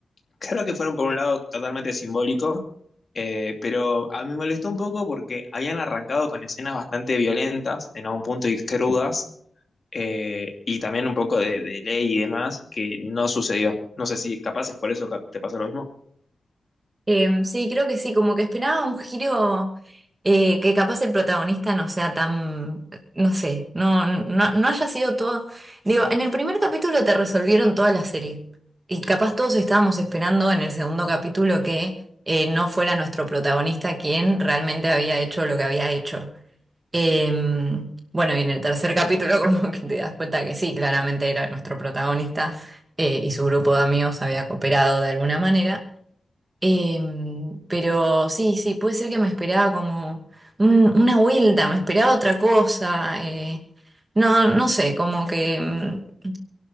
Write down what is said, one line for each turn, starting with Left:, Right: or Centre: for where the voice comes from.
Left: claro que fueron por un lado totalmente simbólico, eh, pero a mí me molestó un poco porque habían arrancado con escenas bastante violentas, en algún punto y crudas, eh, y también un poco de, de ley y demás, que no sucedió. No sé si capaz es por eso que te pasó lo mismo.
Right: Em, sí, creo que sí, como que esperaba un giro eh, que capaz el protagonista no sea tan, no sé, no, no, no haya sido todo. Digo, en el primer capítulo te resolvieron toda la serie y capaz todos estábamos esperando en el segundo capítulo que eh, no fuera nuestro protagonista quien realmente había hecho lo que había hecho. Eh, bueno, y en el tercer capítulo <laughs> como que te das cuenta que sí, claramente era nuestro protagonista eh, y su grupo de amigos había cooperado de alguna manera. Eh, pero sí, sí, puede ser que me esperaba como un- una vuelta, me esperaba otra cosa. eh, no, no sé, como que mm,